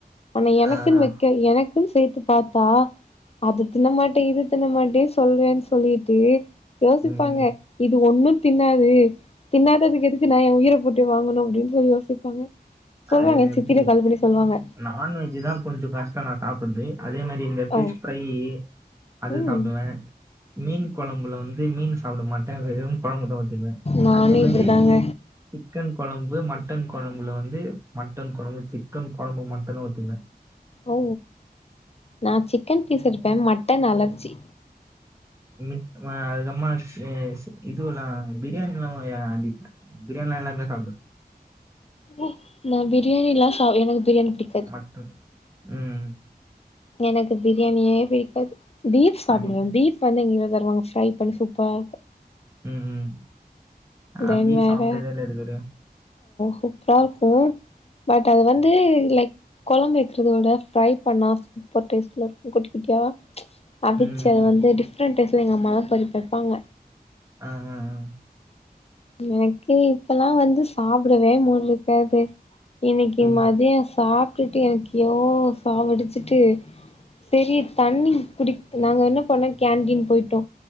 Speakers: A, on the left; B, on the right.
A: ஆனா எனக்குன்னு
B: ஆ ஆ,
A: வைக்க எனக்குன்னு சேத்து பாத்தா அது தின்னமாட்டே இது தின்னமாட்டே சொல்வேன்னு சொல்லிட்டு யோசிப்பாங்க
B: ம்
A: இது ஒன்னு தின்னாது தின்னா துக்கு எதுக்கு நான் என் உயிர போட்டு வாங்கணும் அப்டின் சொல்லி யோசிப்பாங்க சொல்லுவாங்க
B: அது
A: என்
B: எப்படி
A: சித்திக்கு கால் பண்ணி சொல்லுவாங்க
B: நான்வெஜ் தா கொஞ்ச கஷ்டம் நா சாப்பற்து அதே மாரி இந்த ஃபிஷ்
A: ஓ
B: ஃப்ரை அது
A: ம்
B: சாப்டுவ மீன் கொழம்புல வந்து மீன் சாப்பிட மாட்டே வெறும் கொழம்புமட்டு ஊத்திப்ப
A: நானு
B: அதே மாரி
A: இப்டிதாங்க
B: சிக்கன் கொழம் பு மட்டன் கொழம்புல வந்து மட்டன் கொழம்பு சிக்கன் கொழம்பு மட்டுந்தா ஊத்திக்குவ
A: ஓ நா சிக்கன் பீஸ் எடுப்பே மட்டன் அலர்ஜி
B: ம் வ அதுக்கப்றமா சி சி இதுவெல்லா பிரியாணில்லா அடிப்பே பிரியாணில எல்லாமே சாப்புடுவே
A: ஓ நா பிரியாணில்லாம் சாப் எனக்கு பிரியாணி புடிக்
B: மட்டன் உம்ம்
A: எனக்கு பிரியாணியே பிடிக்காது பீஃப் சாப்பிடுவே
B: அடி
A: பீஃப் வந்து இங்க தருவாங்க ஃரை பண்ணி சூப் ப்ப
B: ம் ம்
A: தென்
B: ஆ பீஃப்
A: வேற
B: சாப்ட்டதே இல்ல இதுவரையு
A: சூப்ரா இருக் ம் பட் அது வந்து லைக் கொழம் வக்கறதோட ஃப்ரை பண்ணா ரொம்ப டேஸ்ட்ல இருக்கு குட்டி குட்டியா அபிச்சு
B: ம்
A: அது
B: ம்
A: வந்து டிஃப்ரெண்ட் டேஸ்ல எங்க அம்மாலா பருப் வப்பாங்க
B: ஆ ஆ ஆ
A: எனக்கு இப்பெல்லா வந்து சாப்பிடவே மூடு இருக்காது இன்னைக்கி
B: ம்
A: மதிய சாப்ட்டுட்டு எனக்கு யோ சாவடிச்சிட்டு செரி தண்ணி குடி நாங்க என்ன பண்ணோ கேன்டீன் போய்ட்டோ